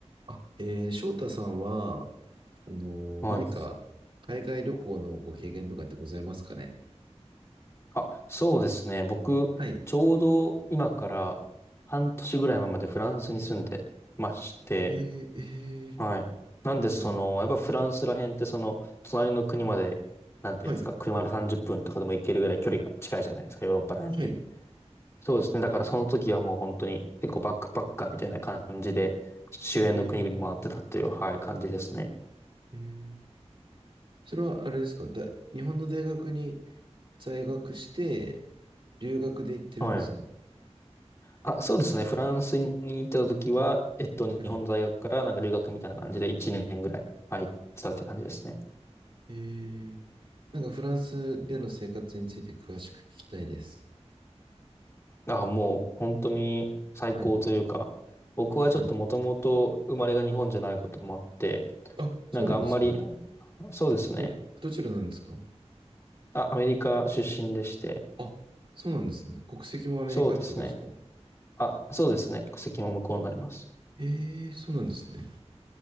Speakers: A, on the right (about 50°); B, on the left (about 25°).
A: あ、えー、翔太さんは、あのー何か海外旅行のご経験とかってございますかね
B: はい。あ、そうですね。僕、
A: はい。
B: ちょうど今から半年ぐらい前までフランスに住んでまして、
A: えー、えー、
B: はい。なんで、その、
A: はい、
B: やっぱフランスら辺って、その、隣の国まで、なんていうんですか、
A: はい、
B: 車で30分とかでも行けるぐらい距離が近いじゃないですか、ヨーロッパら辺って。
A: はい。
B: そうですね。だからその時はもう本当に結構バックパッカーみたいな感じで、周辺の国々回ってたっていう、
A: えー、
B: はい、感じですね。
A: えー、それはあれですかだ、日本の大学に在学して、留学で行ってるんですか
B: はい。あ、そうですね。フランスに行ってた時は、えっと、日本在学からなんか留学みたいな感じで1年ぐらい、
A: はい。
B: はい、行ってたって感じですね。
A: えー、なんかフランスでの生活について詳しく聞きたいです。
B: あ、もう本当に最高というか、
A: はい、
B: 僕はちょっともともと生まれが日本じゃないこともあって、
A: はい。あ、そうなんですか
B: なんかあんまり、そうですね。
A: え、どちらなんですか
B: あ、アメリカ出身でして、
A: あ、そうなんですね。国籍もアメリカってことですか
B: そうですね。あ、そうですね。国籍も向こうになります。
A: ええそうなんですね。